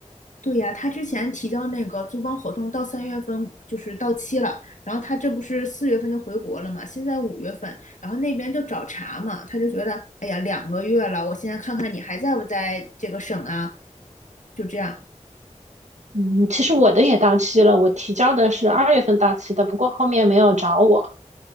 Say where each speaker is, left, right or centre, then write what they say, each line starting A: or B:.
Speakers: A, on the left; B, on the right.
A: 对呀，他之前提交那个租房合同到三月份就是到期了，然后他这不是四月份就回国了嘛，现在五月份，然后那边就找茬嘛，他就觉得，哎呀，两个月了，我现在看看你还在不在这个省啊，就这样。
B: 嗯，其实我的也到期了，我提交的是二月份到期的，不过后面没有找我。